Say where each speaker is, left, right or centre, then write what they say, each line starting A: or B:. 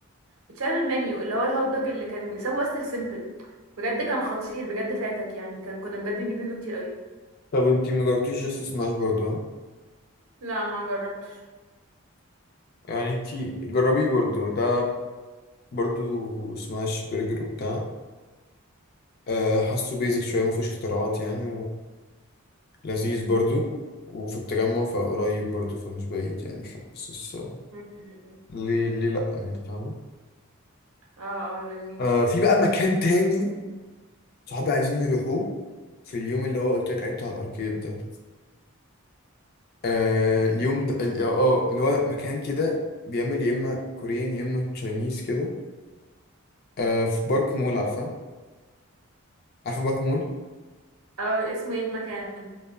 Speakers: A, on the right; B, on the left.
A: اتشال من المنيو اللي هو الهوت دوج اللي كان سابه بس السيمبل بجد كان خطير بجد فاتك يعني كان كنا بجد بنجيب منه كتير قوي
B: طب انتي ما جربتيش جاست سماش برضه ها؟
A: لا ما جربتش
B: يعني انتي جربيه برضه ده برضه سماش برجر وبتاع أه حاسه بيزك شويه ما فيهوش اختراعات يعني ولذيذ برضه وفي التجمع فقريب برضه فمش بعيد يعني فحاسس
A: م- م- م.
B: ليه ليه لأ يعني فاهمة
A: اه اه لذيذ
B: آه في بقى مكان تاني صحابي عايزين يروحوه في اليوم اللي هو قلت لك عليه بتاع الأركيد ده آه اليوم ده ال- اه آه، اللي هو مكان كده بيعمل يا إما كوريان يا إما تشاينيز كده آه في بارك مول عارفة عارفة بارك مول
A: اه اسمه ايه المكان